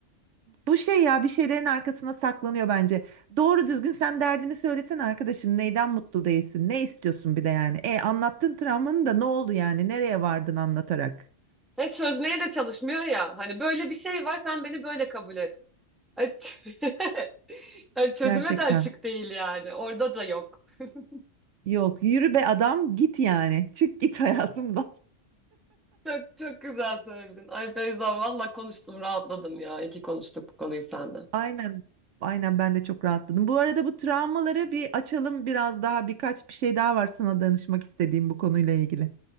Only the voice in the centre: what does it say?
Hiç çözmeye de çalışmıyor ya. Hani böyle bir şey var, sen beni böyle kabul et. Ay, ç- <laughs> Yani çözüme
de açık değil yani. Orada da yok. <laughs>
Çok çok güzel söyledin. Ay Beyza valla konuştum rahatladım ya. İyi ki konuştuk bu konuyu senden.